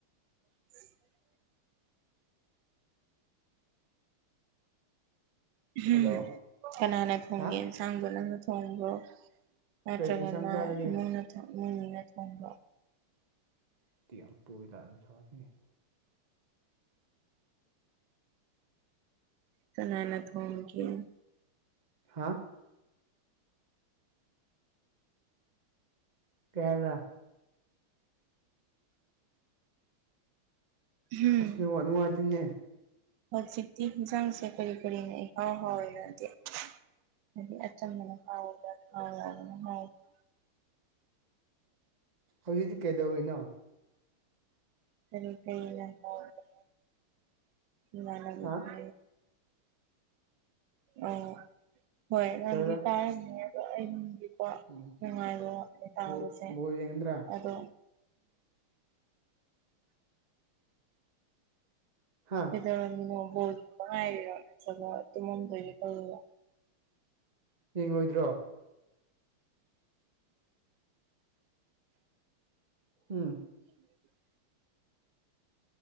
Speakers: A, on the right; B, on the right.
A: <inaudible>
B: ꯍꯜꯂꯣ
A: ꯎꯝ ꯀꯅꯥꯅ ꯊꯣꯡꯒꯦ
B: ꯍꯥ
A: ꯏꯟꯁꯥꯡꯗ‌ꯣ ꯅꯪꯅ ꯊꯣꯡꯕ꯭ꯔꯣ ꯅꯠꯇ꯭ꯔꯒꯅ
B: ꯀꯩ ꯌꯦꯟꯁꯥꯡ ꯆꯥꯔꯒꯦ
A: ꯏꯃꯨꯡꯅ ꯊ‌ꯣꯡ ꯏꯃꯨꯡ ꯃꯤꯅ ꯊꯣꯡꯕꯔ‌ꯣ
B: <unintelligible>
A: ꯀꯥꯅꯥꯅ ꯊꯣꯡꯒ‌ꯦ
B: ꯍꯥ ꯀꯩ ꯍꯥꯏꯕ
A: ꯎꯝ
B: ꯑꯁ ꯅ‌ꯦꯠꯋꯥꯛ ꯅꯨꯡꯉꯥꯏꯇ‌ꯦꯅꯦ
A: ꯍꯧꯖꯤꯛꯇꯤ ꯌꯦꯟꯁꯥꯡꯁꯦ ꯀꯔꯤ ꯀꯔꯤꯅ ꯏꯍꯥꯎ ꯍꯥꯎꯋꯦ ꯅꯪꯗꯤ ꯍꯥꯏꯗꯤ ꯑꯆꯝꯕꯅ ꯍꯥꯎꯕꯔ ꯊꯥꯎ ꯉꯧꯕꯅ ꯍꯥꯎꯕꯔ
B: ꯍꯧꯖꯤꯛꯇꯤ ꯀꯩꯗꯧꯔꯤꯅꯣ
A: ꯀꯔꯤ ꯀꯔꯤꯅ ꯍꯥꯏꯔꯤꯒ‌ꯦ ꯏꯃꯥꯟꯅꯕꯤꯕꯨ
B: ꯍꯥ
A: ꯑꯣ ꯍꯣꯏ ꯅꯪꯗꯤ
B: ꯀꯩ ꯍꯥꯏꯕ꯭ꯔꯥ
A: ꯇꯥꯏꯔꯝꯅ‌ꯦꯕ ꯑꯩꯗꯤ ꯀꯣ
B: ꯎꯝ
A: ꯅꯨꯡꯉꯥꯏꯕꯔ‌ꯣ ꯇꯥꯥꯕꯁꯦ
B: ꯕꯣꯜ ꯕꯣꯜ ꯌꯦꯡꯒꯗ꯭ꯔꯥ
A: ꯑꯗꯣ
B: ꯍꯥ
A: <unintelligible>
B: ꯌꯦꯡꯉꯣꯏꯗ꯭ꯔꯣ ꯎꯝ
A: <inaudible>